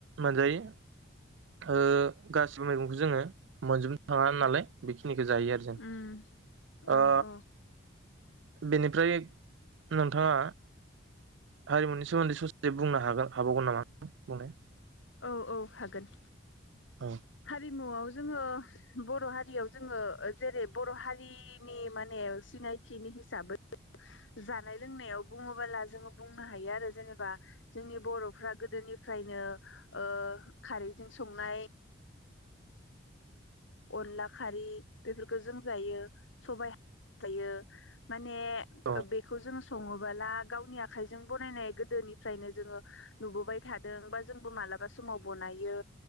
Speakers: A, on the right (about 70°); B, on the left (about 70°).
A: मोनजायो ओ गासिबो मैगंखौ जोङो मोनजोबनो थाङा नालाय बेखि निखौ जायो आरो जों
B: उम औ
A: ओ
B: औ
A: बेनिफ्राय नोंथाङा हारिमुनि सोमोन्दै ससे बुंनो हागोन हाबावगोन नामा बुंनाय
B: औ औ हागोन
A: औ
B: हारि मुवाव जोङो बर' हारियाव जोङो जेरै बर' हारिनि माने सिनायथिनि हिसाबै जानाय लोंनायाव बुङोबोला जोङो बुंनो हायो आरो जेनेबा जोंनि बर'फ्रा गोदोनिफ्रायनो ओ खारैजों संनाय अनला खारि बेफोरखौ जों जायो सबाइ जायो मा माने
A: औ
B: बेखौ जों सङोबोला गावनि आखाइजों बनायनाय गोदोनिफ्रायनो जोङो नुबोबाय थादों बा जोंबो मालाबा समाव बनायो